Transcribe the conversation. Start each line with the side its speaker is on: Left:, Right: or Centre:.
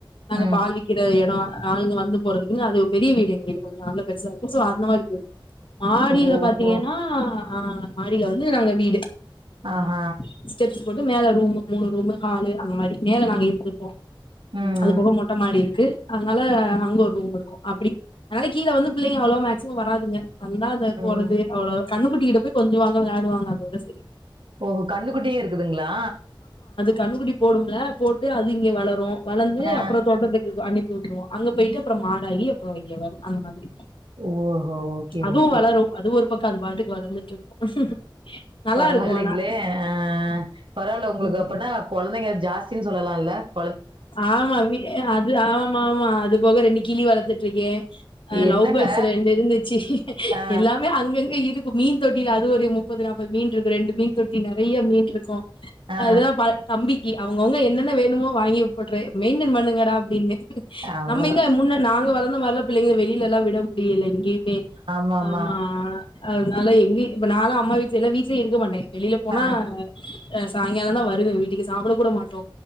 Left: நாங்க
Right: ம்.
Left: பால் விக்கிற எடோ ஆளுங்க வந்து போறதுக்குன்னு அது பெரிய வீடு எங்க வீடு கொஞ்சோ நல்லா பெருசா இருக்கு சோ அந்த மாரி இருக்கு மாடில
Right: ஓஹோ!
Left: பாத்தீங்கன்னா ஆ மாடில வந்து நாங்க வீடு ம்
Right: ஆஹா!
Left: ஸ்டெப்ஸ் போட்டு மேல ரூமு மூணு ரூமு ஹாலு அந்த மாரி மேல நாங்க எடுத்துருப்போ
Right: ம்,
Left: அது போக மொட்ட மாடி இரு அதனால அங்க ஒரு ரூம் இருக்கு அப்டி அதனால கீழே வந்து பிள்ளைங்க அவ்ளோ மேக்சிமம் வராதுங்க வந்தா அத
Right: ம்.
Left: போறது அவ்ளோ கண்ணுகுட்டிக்கிட்ட இருக் கொஞ்சுவாங்க விளையாடுவாங்க அதோட சே
Right: ஓ கன்னுக்குட்டியே இருக்குதுங்களா
Left: கன்னுக்குட்டி போடும்ல போட்டு அது இங்க வளரு வளந்து
Right: ஆ.
Left: அப்றோ தோட்டத்துக்கு அனுப் வுட்டுருவோ அங்க போயிட்டு அப்றோ மாடகி அப்றோ வெளிய வரும் அந்த மாதிரி
Right: ஓஹோ ஓகே
Left: அதுவு
Right: ஓகே
Left: வளரு அது ஒரு பக்கோ அது பாட்டுக்கு வளந்துட்டு இருக்கு நல்லா
Right: பரவாயில்லைங்களே
Left: இருக்கு ஆனா
Right: ஆ பரவால்ல உங்களுக்கு
Left: ம்
Right: அப்பன்னா கொழந்தைங்க ஜாஸ் தின் சொல்லலா இல்ல
Left: ஆமா வி அது ஆமா ஆமா அது போக ரெண்டு கிளி வளத்துட்டு இருக்கே ஆ
Right: என்னங்க?
Left: லவ்பேட்ஸ் ரெண்டு இருந்துச்சி
Right: ஆ,
Left: எல்லாமே அங்கங்க இருக் மீன் தொட்டில அது ஒரு முப்பது நாப்பது மீன் இருக்கு ரெண்டு மீன் தொட்டி நெறய மீன் இருக்கு
Right: ஆ, ஆ.
Left: அதா பார் தம்பி அவங்கவுங்க என்னென்ன வேணுமோ வாங்கி போட்டுறே மெயின்டன் பண்ணுங்கட அப்டின்னு
Right: அவ்வளோதான்.
Left: நம்ம இங்க முன்ன நாங்க வளந் அந்த மாரிலா பிள்ளைங்கள வெளிலல்லா விட முடில இங்கயு ஏ
Right: ஆமாமா.
Left: ஆமா அதனால எங்கயு இப்ப நாலா அம்மா வீட்டுலல்லா வீட்டுலயே இருக்க மாட்டே வெளில போனா
Right: ஆ.
Left: ம், சாய்ங்காலந்தா வருவே வீட்டுக்கு சாப்ட கூட மாட்டோ,